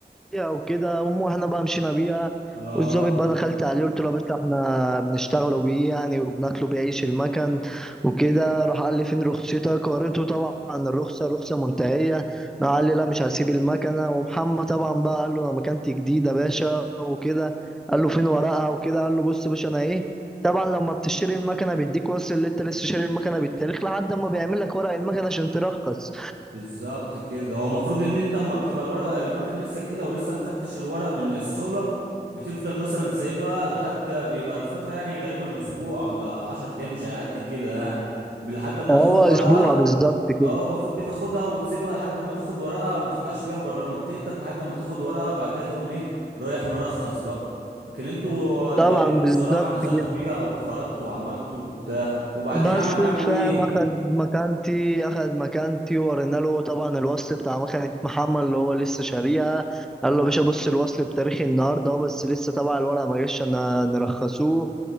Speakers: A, in the centre; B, on the right.
A: بيها وكده المهم واحنا بقى مشينا بيها
B: اه
A: والظابط بقى دخلت عليه قلت له يا باشا احنا بنشتغلوا بيه يعني وبناكلوا بيه عيش المكن وكده راح قال لي فين رخصتك وريته طبعا الرخصه رخصه منتهيه راح قال لي لا مش هسيب المكنه ومحمد طبعا بقى قال له انا مكانتي جديده يا باشا وكده قال له فين ورقها وكده قال له بص يا باشا انا ايه طبعا لما بتشتري المكنه بيديك وصل اللي انت لسه شاري المكنه بالتاريخ لحد ما بيعمل لك ورق المكنه عشان ترخص
B: بالظبط كده هو المفروض ان انت اما بتبقى الورقة المكنة لسه جديدة ولسه ما خدتش الورق من الصولة بتفضل مثلا سايبها لحد بيبقى الفترة يعني غالبا اسبوع ولا عشر ايام مش هيعدي كده يعني لحد اما
A: هو
B: تاخد ورقة
A: اسبوع بالظبط كده
B: اه المفروض بتاخدها وتسيبها لحد ما تاخد ورقها وما تطلعش بيها بره منطقتك لحد ما تاخد ورقها وبعد كده تقوم ايه رايح مرخص بقى لكن انتوا اتغبيتوا
A: طبعا بالظبط
B: الصراحة نزلتوا
A: كده
B: بيها واتخرجتوا وعملتوا وبتاع وبعدين
A: بس
B: عمل معاكوا
A: فاهم
B: ايه
A: اخد مكانتي اخد مكانتي ورينا له طبعا الوصل بتاع مكنة محمد اللي هو لسه شاريها قال له يا باشا بص الوصل بتاريخي النهارده اهو بس لسه طبعا الورقه ما جاش عشان نرخصوه